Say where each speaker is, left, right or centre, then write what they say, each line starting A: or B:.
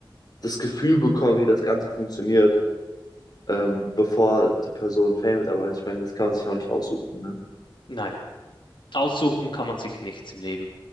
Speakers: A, on the left; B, on the left.
A: das Gefühl bekommt, wie das Ganze funktioniert, ähm, bevor die Person Fame wird. Aber ich meine, das kann man sich auch nicht aussuchen, ne?
B: Nein. Aussuchen kann man sich nichts im Leben.